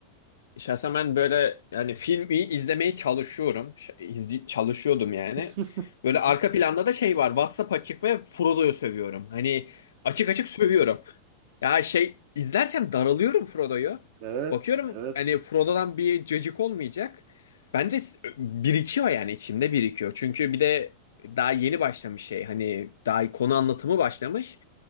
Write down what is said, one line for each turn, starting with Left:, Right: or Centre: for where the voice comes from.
Left: Şahsen ben böyle yani filmi izlemeye çalışıyorum. Ş- izli- çalışıyordum yani.
Right: <laughs>
Left: Böyle
Right: Hı hı.
Left: arka planda da şey var. WhatsApp açık ve Frodo'yu sövüyorum. Hani açık açık sövüyorum. Ya şey izlerken daralıyorum Frodo'yu.
Right: Evet,
Left: Bakıyorum
Right: evet.
Left: hani Frodo'dan bir cacık olmayacak. Ben de s- birikiyor yani içimde birikiyor. Çünkü bir de daha yeni başlamış şey. Hani daha konu anlatımı başlamış.